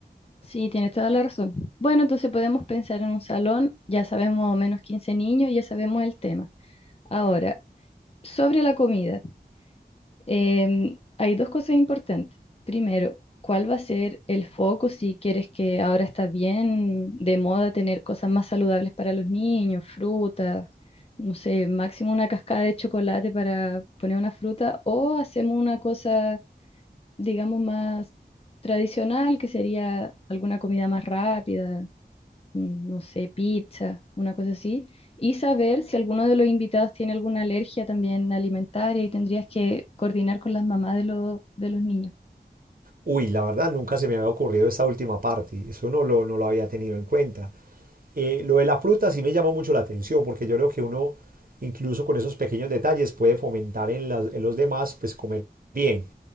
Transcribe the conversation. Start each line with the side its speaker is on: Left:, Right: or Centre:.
Left: sí, tienes toda la razón. Bueno, entonces podemos pensar en un salón, ya sabemos más o menos 15 niños, ya sabemos el tema. Ahora, sobre la comida. Em, hay dos cosas importantes. Primero, ¿cuál va a ser el foco si quieres que ahora está bien de moda tener cosas más saludables para los niños, frutas, no sé, máximo una cascada de chocolate para poner una fruta o hacemos una cosa, digamos, más tradicional que sería alguna comida más rápida? mm, no sé, pizza, una cosa así, y saber si alguno de los invitados tiene alguna alergia también alimentaria y tendrías que coordinar con las mamás de los, de los niños.
Right: Uy, la verdad nunca se me había ocurrido esta última parte, eso no lo, no lo había tenido en cuenta. Eh, lo de la fruta sí me llamó mucho la atención porque yo creo que uno incluso con esos pequeños detalles puede fomentar en, las- en los demás pues comer bien.